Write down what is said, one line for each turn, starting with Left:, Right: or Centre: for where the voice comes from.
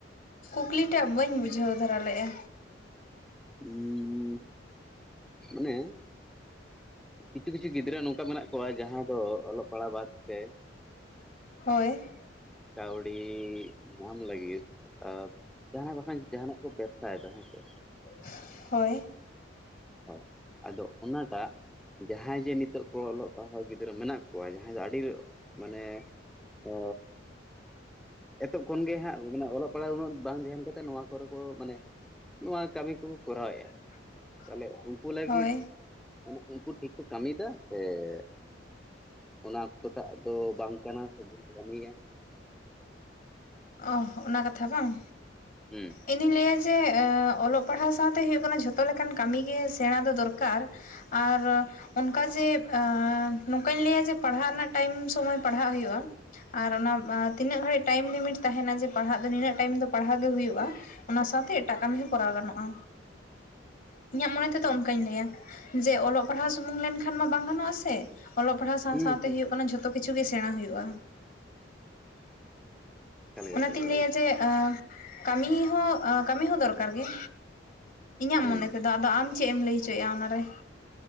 Left: ᱠᱩᱠᱞᱤ ᱴᱟᱜ ᱵᱟᱹᱧ ᱵᱩᱡᱷᱟᱹᱣ ᱫᱷᱟᱨᱟ ᱞᱮᱜᱼᱟ
Centre: ᱦᱩᱸ ᱢᱟᱱᱮ ᱠᱤᱪᱷᱩ ᱠᱤᱪᱷᱩ ᱜᱤᱫᱽᱨᱟᱹ ᱱᱚᱝᱠᱟ ᱢᱮᱱᱟᱜ ᱠᱚᱣᱟ ᱡᱟᱦᱟᱸᱭ ᱫᱚ ᱚᱞᱚᱜ ᱯᱟᱲᱦᱟᱜ ᱵᱟᱫ ᱛᱮ᱾
Left: <unintelligible>
Centre: ᱠᱟᱹᱣᱰᱤ ᱧᱟᱢ ᱞᱟᱹᱜᱤᱫ ᱡᱟᱦᱟᱸ ᱵᱟᱝᱠᱷᱟᱱ ᱡᱟᱦᱟᱸ ᱱᱟᱜ ᱠᱚ <unintelligible> ᱯᱷᱟᱭᱫᱟ ᱦᱮᱸᱪᱮ
Left: <unintelligible> ᱦᱳᱭ
Centre: ᱦᱳ ᱟᱫᱚ ᱩᱱᱟ ᱴᱟᱜ ᱡᱟᱦᱟᱸᱭ ᱡᱮ ᱱᱤᱛᱚᱜ ᱠᱚ ᱚᱞᱚᱜ ᱯᱟᱲᱦᱟᱣ ᱜᱤᱫᱽᱨᱟᱹ ᱢᱮᱱᱟᱜ ᱠᱚᱣᱟ ᱡᱟᱦᱟᱸᱭ ᱫᱚ ᱟᱹᱰᱤ <unintelligible> ᱢᱟᱱᱮ ᱚ ᱮᱛᱚᱦᱚᱵ ᱠᱷᱚᱱ ᱜᱮ ᱦᱟᱸᱜ <unintelligible> ᱚᱞᱚᱜ ᱯᱟᱲᱦᱟᱜ ᱩᱱᱟᱹᱜ ᱵᱟᱝ ᱫᱷᱮᱭᱟᱱ ᱠᱟᱛᱮ ᱱᱚᱣᱟ ᱠᱚ ᱠᱚ ᱢᱟᱱᱮ ᱱᱚᱣᱟ ᱠᱟᱹᱢᱤ ᱠᱚᱠᱚ ᱠᱚᱨᱟᱣᱮᱫᱼᱟ᱾
Left: <inaudible>
Centre: ᱛᱟᱦᱚᱞᱮ ᱩᱱᱠᱩ ᱞᱟᱹᱜᱤᱫ
Left: ᱦᱳᱭ
Centre: ᱩᱱᱠᱩ ᱴᱷᱤᱠ ᱠᱚ ᱠᱟᱹᱢᱤ ᱭᱮᱫᱟ ᱥᱮ <unintelligible> ᱚᱱᱟ ᱚᱠᱛᱚ ᱴᱟᱜ ᱫᱚ ᱵᱟᱝ ᱠᱟᱱᱟ ᱥᱮ ᱵᱷᱩᱞ ᱠᱚ ᱠᱟᱹᱢᱤᱭᱟ
Left: ᱚᱷ ᱚᱱᱟ ᱠᱟᱛᱷᱟ ᱵᱟᱝ᱾
Centre: ᱦᱩᱸ <unintelligible>
Left: ᱤᱧᱫᱩᱧ ᱞᱟᱹᱭᱟ ᱡᱮ ᱚᱞᱚᱜ ᱯᱟᱲᱦᱟᱣ ᱥᱟᱶᱛᱮ ᱦᱩᱭᱳᱜ ᱠᱟᱱᱟ ᱡᱷᱚᱛᱚ ᱞᱮᱠᱟᱱ ᱠᱟᱹᱢᱤ ᱜᱮ ᱥᱮᱬᱟ ᱫᱚ ᱫᱚᱨᱠᱟᱨ ᱟᱨ ᱚᱱᱠᱟ ᱡᱮ ᱱᱚᱝᱠᱟᱧ ᱞᱟᱹᱭᱟ ᱡᱮ ᱯᱟᱲᱦᱟᱜ ᱨᱮᱱᱟᱜ ᱴᱟᱭᱤᱢ ᱥᱚᱢᱚᱭ ᱯᱟᱲᱦᱟᱜ ᱦᱩᱭᱩᱜᱼᱟ᱾ ᱟᱨ ᱚᱱᱟ ᱛᱤᱱᱟᱹᱜ ᱜᱷᱟᱹᱲᱤᱡ ᱴᱟᱭᱤᱢ ᱞᱤᱢᱤᱴ ᱛᱟᱦᱮᱱᱟ ᱡᱮ ᱯᱟᱲᱦᱟᱜ ᱫᱚ ᱱᱤᱱᱟᱹᱜ ᱴᱟᱭᱤᱢ ᱫᱚ ᱯᱟᱲᱦᱟᱣ ᱜᱮ ᱦᱩᱭᱩᱜᱼᱟ ᱚᱱᱟ ᱥᱟᱶᱛᱮ ᱮᱴᱟᱜ ᱠᱟᱹᱢᱤ ᱦᱚᱸ ᱠᱚᱨᱟᱣ ᱜᱟᱱᱚᱜᱼᱟ ᱤᱧᱟᱹᱜ ᱢᱚᱱᱮ ᱛᱮᱫᱚ ᱚᱱᱠᱟᱧ ᱞᱟᱹᱭᱟ ᱡᱮ ᱚᱞᱚᱜ ᱯᱟᱲᱦᱟᱜ ᱥᱩᱢᱩᱝ ᱞᱮᱱᱠᱷᱟᱱ ᱢᱟ ᱵᱟᱝ ᱜᱟᱱᱚᱜᱟᱥᱮ᱾ ᱚᱞᱚᱜ ᱯᱟᱲᱦᱟᱣ ᱥᱟᱶ
Centre: ᱦᱩᱸ
Left: ᱥᱟᱶᱛᱮ
Centre: ᱦᱩᱸ
Left: ᱦᱳᱭᱩᱜ ᱠᱟᱱᱟ ᱡᱷᱚᱛᱚ ᱠᱤᱪᱷᱩ ᱜᱮ ᱥᱮᱬᱟ ᱦᱩᱭᱩᱜᱼᱟ
Centre: ᱮᱠᱟᱞ ᱜᱮ
Left: ᱚᱱᱟᱛᱤᱧ
Centre: ᱮᱠᱟᱞ ᱜᱮ
Left: ᱞᱟᱹᱭᱟ ᱡᱮ ᱠᱟᱹᱢᱤ ᱦᱚᱸ ᱠᱟᱹᱢᱤ ᱦᱚᱸ ᱫᱚᱨᱠᱟᱨ ᱜᱮ᱾ ᱤᱧᱟᱹᱜ
Centre: ᱦᱩᱸ
Left: ᱢᱚᱱᱮ ᱛᱮᱫᱚ ᱟᱫᱚ ᱟᱢ ᱪᱮᱫ ᱮᱢ ᱞᱟᱹᱭ ᱦᱚᱪᱚᱭᱮᱫᱼᱟ ᱚᱱᱟᱨᱮ